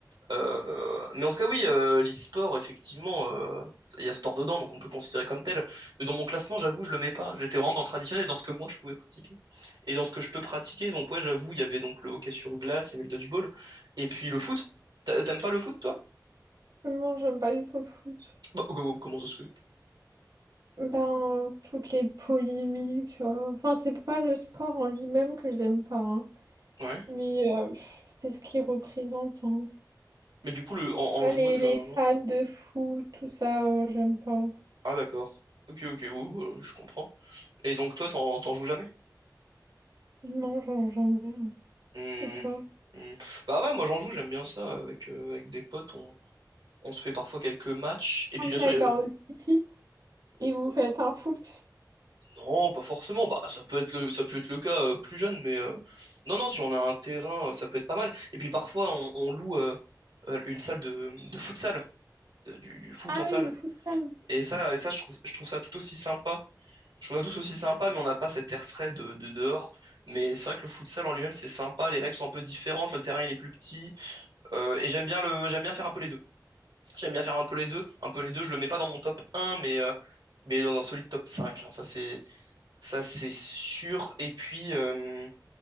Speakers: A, on the right (about 85°); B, on the right (about 60°).
A: Euh, mais en tout cas, oui, euh, l'e-sport, effectivement, euh, il y a sport dedans, donc on peut le considérer comme tel. Mais dans mon classement, j'avoue, je le mets pas. J'étais vraiment dans le traditionnel, dans ce que moi je pouvais pratiquer. Et dans ce que je peux pratiquer, donc ouais, j'avoue, il y avait donc le hockey sur glace, il y avait le dodgeball, et puis le foot. T'a- T'aimes pas le foot, toi?
B: Non, j'aime pas du tout le foot.
A: Bah, oh, oh, oh, comment ça se fait?
B: Ben, toutes les polémiques. euh, Enfin, c'est pas le sport en lui-même que j'aime pas, hein.
A: Ouais.
B: Mais euh, pff, c'est ce qu'il représente. hein.
A: Mais du coup, le, en,
B: Ouais,
A: en jouer.
B: les,
A: Enfin,
B: les
A: non.
B: fans de foot, tout ça, euh, j'aime pas.
A: Ah, d'accord. Ok, ok, oui, oui, oui, je comprends. Et donc, toi, t'en, t'en joues jamais?
B: Non, j'en joue jamais. hein.
A: Hmm,
B: Et toi?
A: hmm. Bah ouais, moi, j'en joue, j'aime bien ça. Avec, euh, avec des potes, on, on se fait parfois quelques matchs. Et puis,
B: Ah, Vous
A: bien sûr,
B: allez
A: il y a
B: genre
A: le-
B: au City et vous
A: euh,
B: faites un foot.
A: non, pas forcément. Bah, ça peut être le, ça peut être le cas euh, plus jeune, mais euh, non, non, si on a un terrain, euh, ça peut être pas mal. Et puis, parfois, on, on loue euh, euh, une salle de, de futsal, euh, du, du foot
B: Ah
A: en salle.
B: oui, de futsal.
A: Et ça, et ça je trouve, je trouve ça tout aussi sympa Je trouve ça tous aussi sympa, mais on n'a pas cet air frais de, de dehors. Mais c'est vrai que le futsal en lui-même, c'est sympa. Les règles sont un peu différentes, le terrain il est plus petit. Euh, et j'aime bien le, j'aime bien faire un peu les deux. J'aime bien faire un peu les deux. Un peu les deux, je le mets pas dans mon top un, mais, euh, mais dans un solide top 5. hein. Ça, c'est, ça, c'est sûr. Et puis, euh,